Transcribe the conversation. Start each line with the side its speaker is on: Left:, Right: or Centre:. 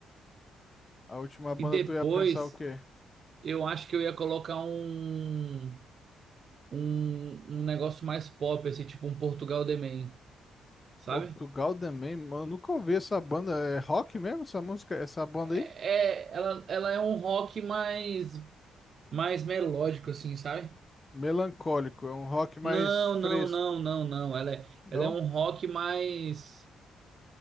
Left: A última banda
Right: e depois
Left: tu ia pensar o quê?
Right: eu acho que eu ia colocar um, um, um negócio mais pop, assim, tipo um Portugal The Man, sabe?
Left: Portugal também, mano. Nunca ouvi essa banda. É rock mesmo essa música? Essa banda
Right: É,
Left: aí?
Right: ela, ela é um rock mais, mais melódico, assim, sabe?
Left: Melancólico. É um rock mais
Right: Não,
Left: fresco.
Right: não, não, não, não. Ela é,
Left: Não?
Right: ela é um rock mais.